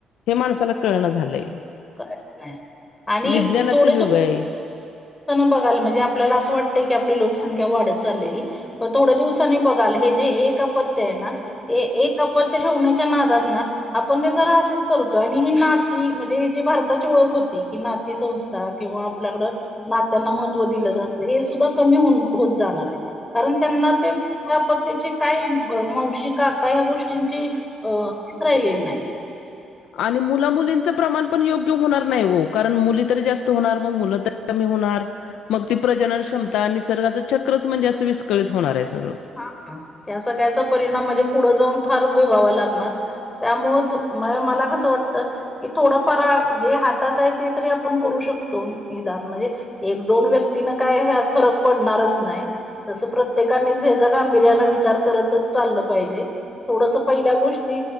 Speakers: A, on the left; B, on the left.
A: हे माणसाला कळणा झालंय.
B: कायचं नाही आणि
A: विज्ञानाचं
B: थोडे
A: युग
B: त
A: आहे
B: बघाला म्हणजे आपल्याला असं वाटतंय की आपली लोकसंख्या वाढत चाललेली. पण थोड्या दिवसांनी बघाल, हे जे एक आपत्य आहे ना. एक आपत्य ठेवण्याच्या नादात ना आपण त्याचा रासच करतोय आणि ही नाती म्हणजे जी भारताची ओळख होती, कि नाते संंस्था किंवा आपल्याकडं नात्यांना महत्त्व दिलं जातं, हे सुद्धा कमी हो, होत जाणार हाय. कारण त्यांना ते त्या आपत्याची काय मावशी -काका ह्या गोष्टींची अ शिस्त राहिलेली नाय.
A: आणि मुला मुलींच प्रमाण पण योग्य होणार नाही हो, कारण मुली तरी जास्त होणार मग मुलं तरी कमी होणार. मग ती प्रजनन क्षमता आणि निसर्गाचं चक्रच म्हणजे असं विस्कळीत होणार हाय सगळं.
B: हा, या सगळ्याचा परिणाम म्हणजे पुढं जाऊन फार भोगावा लागणार. त्यामुळेच मया, मला कसं वाटतं. कि थोडंफार जे हातात आहे ते तरी आपण करू शकतो. निदान म्हणजे एक दोन व्यक्तीन काय फरक पडणारच नाय. तस प्रत्येकानी हेज गांभीर्यान विचार करतच चाललं पाहिजे. थोडस पहिल्या गोष्टी